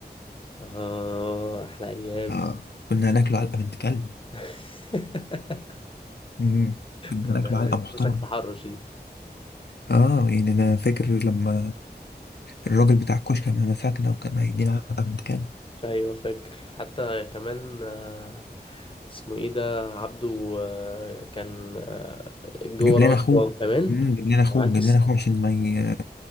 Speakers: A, on the left (about 30°); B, on the left (about 75°).
A: اه احلى ايام
B: اه كنا هناكله علقة بنت كلب
A: <laughs>
B: امم كنا
A: كان
B: هناكله علقة محترمة
A: مسك تحرش دي
B: اه يعني انا فاكر لما الراجل بتاع الكشك لما مسكنا وكان هيدينا علقة بنت كلب
A: ايوه فاكر حتى كمان آه، اسمه ايه ده عبده آه، كان آه، جوه
B: جاب
A: ورانا
B: لنا اخوه
A: هو كمان
B: امم جاب لنا اخوه
A: وعاكس
B: جاب لنا اخوه عشان ما ي...